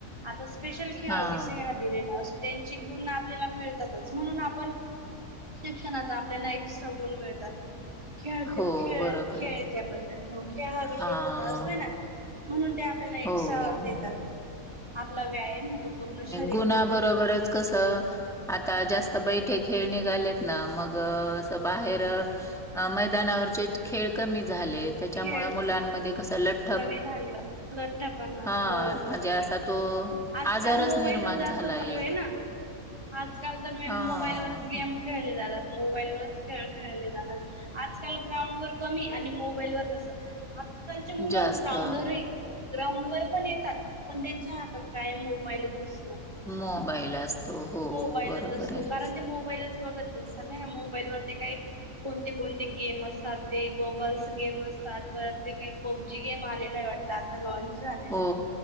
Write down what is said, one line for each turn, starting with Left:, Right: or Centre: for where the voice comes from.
Right: आता स्पेशल खेळ
Centre: हां.
Right: विषय दिलेला असतो त्यांची गुण आपल्याला मिळतातच म्हणून आपण शिक्षणाचा आपल्याला एक्स्ट्रा गुण मिळतात. खेळ ख
Centre: हो,
Right: खेळ
Centre: बरोबर
Right: खेळच्याबद्दल
Centre: आहे.
Right: हो खेळ हा विषय
Centre: हां.
Right: सुद्धा असतोय ना म्हणून ते आपल्याला एक्सट्रा
Centre: हो.
Right: देतात आपला व्यायाम होतो पूर्ण श
Centre: गुणा बरोबरच कसं आता जास्त बैठे खेळ निघालेत ना मग असं बाहेर मैदानावरचे खेळ कमी झाले त्याच्यामुळे
Right: खेळ
Centre: मुलांमध्ये कस लठ
Right: कमी झालेत लठ्ठपणा
Centre: हां,
Right: हो
Centre: म्हणजे
Right: बरोबर
Centre: असा तो
Right: आजकाल
Centre: आजारच
Right: मोबाईलच
Centre: निर्माण
Right: जास्त
Centre: झाला
Right: चालू
Centre: एक.
Right: आहे ना आजकाल तर म
Centre: हां,
Right: मोबाईलवरच गेम खेळले जातात मोबाईलवरच खेळ खेळले जातात. आजकाल ग्राउंडवर कमी आणि मोबाईलवर जास्त आजकालचे मुलं
Centre: जास्त
Right: ग्राउंडरही ग्राउंड वर पण येतात पण त्यांच्या हातात कायम मोबाईलच असतो.
Centre: मोबाईल असतो. हो,
Right: मोबाईलच
Centre: बरोबर
Right: असतो
Centre: आहे.
Right: कारण ते मोबाईलच बघत बसता मोबाईल वर ते काही. कोणते कोणते गेम असतात ते बबल्स गेम असतात परत ते काही पबजी गेम आलेला आहे वाटत आता लॉन्च झालेला
Centre: हो,